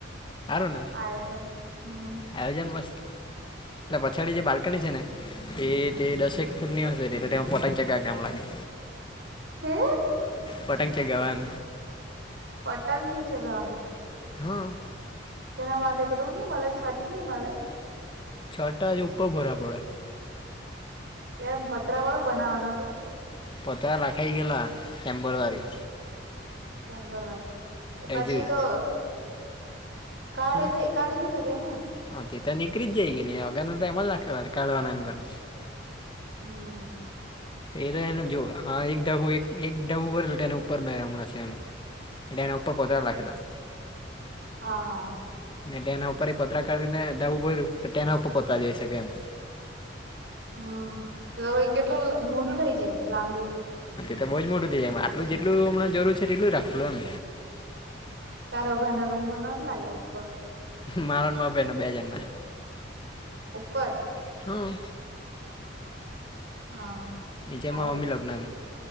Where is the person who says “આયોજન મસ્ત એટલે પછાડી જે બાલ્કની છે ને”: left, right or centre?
Left